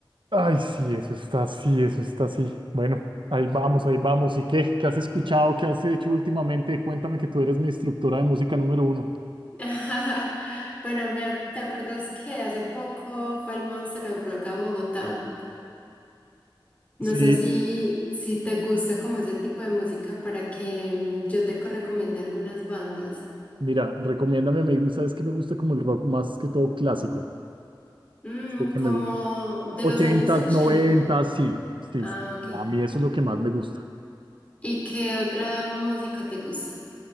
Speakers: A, on the right; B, on the left.
A: Ay, sí, eso está así, eso está así. Bueno, ahí vamos, ahí vamos. ¿Y qué? ¿Qué has escuchado? ¿Qué has hecho últimamente? Cuéntame que tú eres mi instructora de música número uno.
B: <laughs> Bueno, me ac- ¿te acuerdas que hace poco fue el Monster of Rock a Bogotá? No
A: Sí.
B: sé si, si te gusta como ese tipo de música para que mm, yo te co- recomiende algunas bandas.
A: Mira, recomiéndame, me- ¿sabes que me gusta como el rock más que todo clásico?
B: Mm,
A: Este que
B: como
A: me gusta.
B: de
A: Ochentas,
B: los años 80.
A: noventas, sí, sí,
B: Ah,
A: sí.
B: ok.
A: A mí eso es lo que más me gusta.
B: ¿Y qué otra música te gusta?